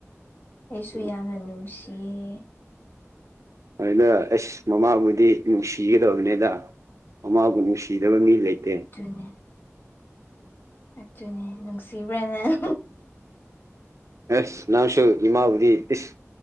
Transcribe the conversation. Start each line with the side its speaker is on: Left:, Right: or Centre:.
Left: ꯑꯩꯁꯨ
Right: ꯎꯝ
Left: ꯌꯥꯝꯅ ꯅꯨꯡꯁꯤꯌꯦ
Right: ꯍꯣꯏꯗꯥ ꯑꯩꯁ ꯃꯃꯥꯕꯨꯗꯤ ꯅꯨꯡꯁꯤꯒꯥꯗꯕꯅꯤꯗꯥ ꯃꯃꯥꯕꯨ ꯅꯨꯡꯁꯤꯗꯥꯕ ꯃꯤ ꯂꯩꯇꯦ
Left: ꯗꯨꯅꯦ ꯑꯗꯨꯅꯦ ꯅꯨꯡꯁꯤꯕ꯭ꯔ ꯅꯪ
Right: ꯑꯦꯁ ꯅꯪꯁꯨ ꯏꯃꯥꯕꯨꯗꯤ ꯏꯁ